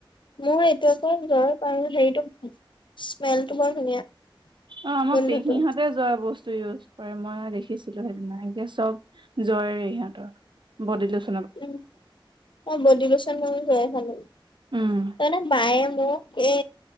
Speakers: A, on the left; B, on the right.
A: মোৰ এইটোৰ আকৌ জ্বৰ কাৰ হেটো স্মেলটো বৰ ধুনীয়া
B: অ আমাৰ
A: গোন্ধটো
B: পেহী হতে নিজৰ বস্তু ইউজ কৰে মই দেখিছিলো সেইদিনাকে চব জয়ৰে সিহঁতৰ বডি লোচ
A: উম মই বদিলোচন মইয়ো লৈয়ে থাকো
B: উম
A: তাৰ মানে মায়ে মোক এ